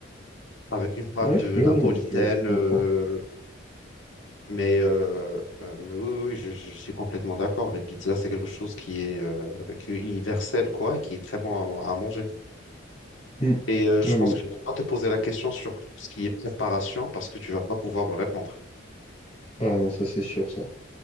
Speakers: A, on the left (about 85°); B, on the left (about 30°).
A: Avec une pâte
B: ouais,
A: euh,
B: ouais,
A: napolitaine.
B: non, mais je, je comprends.
A: euh, mais, euh, euh, mais oui, oui, je, je suis complètement d'accord. Les pizzas, c'est quelque chose qui est, euh, qui est universel, quoi, et qui est très bon à, à manger.
B: Hmm.
A: Et euh, je
B: Oui, oui.
A: pense que
B: oui.
A: je ne vais pas te poser la question sur tout ce qui est préparation parce que tu vas pas pouvoir me répondre.
B: Ah non, ça, c'est sûr, ça.